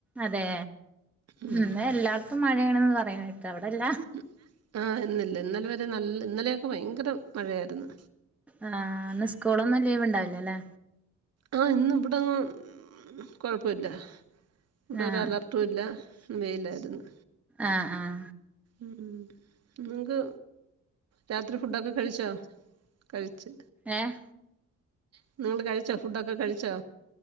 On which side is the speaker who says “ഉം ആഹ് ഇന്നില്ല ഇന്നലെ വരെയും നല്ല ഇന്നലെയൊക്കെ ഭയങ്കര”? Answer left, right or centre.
Right